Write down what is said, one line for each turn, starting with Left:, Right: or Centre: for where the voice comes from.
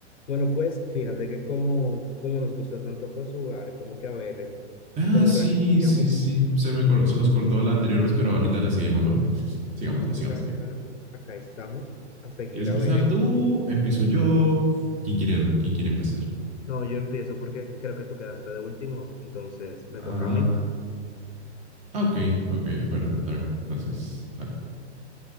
Left: Bueno, pues fíjate que como, como nos gusta tanto pues jugar, como que a ver, eh,
Right: Ah,
Left: como
Right: sí,
Left: reaccionamos. digamos,
Right: sí, sí. Se me, cor-
Left: opinión.
Right: se nos cortó la anterior vez, pero ahorita le seguimos, ¿va? Sigámosle,
Left: Sí,
Right: sigámosle.
Left: Claro, claro, entonces acá estamos a seguir
Right: ¿Quieres empezar
Left: a ver.
Right: tú? ¿Empiezo yo? ¿Quién quiere, quién quiere empezar?
Left: No, yo empiezo porque creo que tú quedaste de último, entonces me
Right: Ah,
Left: toca a mí.
Right: ah, ok, ok. Bueno, está bien. Entonces, dale.